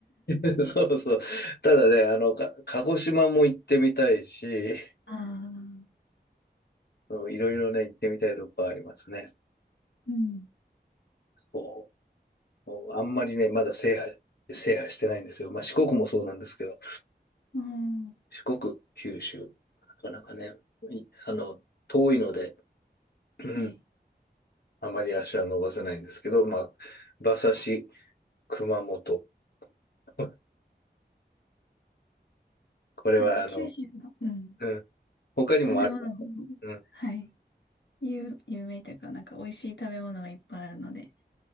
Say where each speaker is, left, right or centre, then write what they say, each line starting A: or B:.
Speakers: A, on the left (about 65°); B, on the left (about 85°).
A: <laughs> そうそう。ただね、あの、か鹿児島も行ってみたいし、
B: ああ、
A: <laughs> いろいろね、行ってみたいとこありますね。
B: うん。
A: そうもうあんまりね、まだ制覇、制覇してないんですよ。まあ、四国もそうなんですけど、
B: うん。
A: 四国、九州、なかなかね、あの、遠いので、うん
B: はい。
A: あまり足は伸ばせないんですけど、まあ、馬刺し、熊本。<laughs> これは、
B: なんか九州の、
A: あの、
B: うん。
A: うん、他にもあります。
B: 食べ物も、
A: うん
B: はい。有、有名というか、なんか美味しい食べ物がいっぱいあるので、